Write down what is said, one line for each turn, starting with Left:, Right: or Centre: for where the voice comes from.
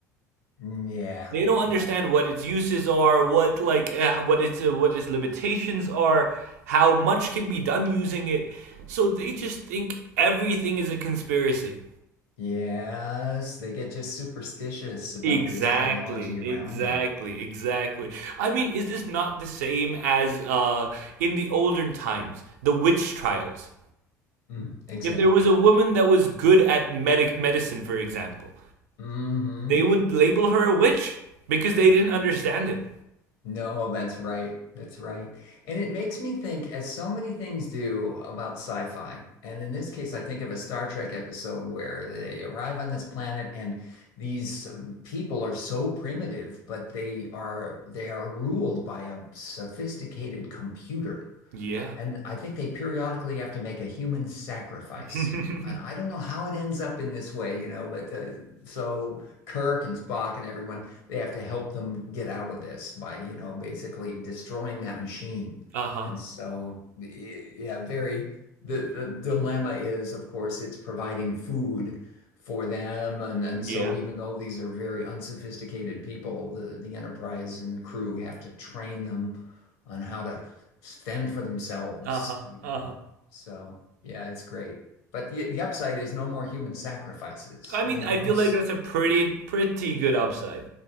Left: Mm, Yeah,
Right: They don't understand
Left: yeah,
Right: what its uses are, what like uh, what its uh, what its limitations are, how much can be done using it. So they just think everything is a conspiracy.
Left: yes, they get just superstitious about
Right: Exactly,
Left: this technology around
Right: exactly,
Left: them.
Right: exactly. I mean, is this not the same as uh, in the olden times, the witch trials?
Left: Mm, exactly.
Right: If there was a woman that was good at medic medicine, for example,
Left: hmm
Right: they would label her a witch because they didn't understand it.
Left: No, that's right. That's right. And it makes me think, as so many things do, about sci-fi. And in this case, I think of a Star Trek episode where they arrive on this planet and these um, people are so primitive, but they are they are ruled by a sophisticated computer.
Right: Yeah.
Left: And I think they periodically have to make a human sacrifice.
Right: <laughs>
Left: And I don't know how it ends up in this way, you know, but uh, so Kirk and Spock and everyone, they have to help them get out of this by, you know, basically destroying that machine.
Right: Uh-huh.
Left: And so, y- yeah, very, the, the dilemma is, of course, it's providing food for them. And, and
Right: Yeah.
Left: so, even though these are very unsophisticated people, the, the Enterprise and the crew have to train them on how to fend for themselves,
Right: Uh-huh.
Left: you know.
Right: Uh-huh.
Left: So yeah, it's great. But the the upside is no more human sacrifices,
Right: I mean,
Left: you
Right: I
Left: know.
Right: feel like that's a pretty, pretty good upside.